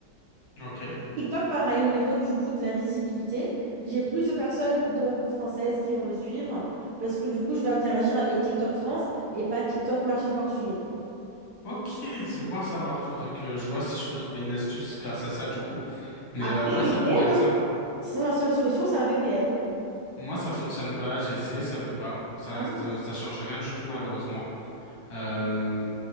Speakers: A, on the left; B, on the right.
A: Ok.
B: TikTok, pareil, au niveau du coup de la visibilité, j'ai plus de personnes donc françaises qui vont me suivre. Parce que du coup, je vais interagir avec TikTok France et pas TikTok marché portugais.
A: Ok, c'est bon à savoir. Faudrait que je vois si je peux trouver une astuce grâce à ça du coup. Mais
B: Après,
A: euh, ouais,
B: VPN,
A: ça pourrait être
B: hein.
A: sympa.
B: Sinon, la seule solution, c'est un VPN.
A: Moi, ça fonctionne pas, j'ai essayé, ça veut pas. Ça
B: Ah
A: reste,
B: mince,
A: ça change rien du tout malheureusement. Euh,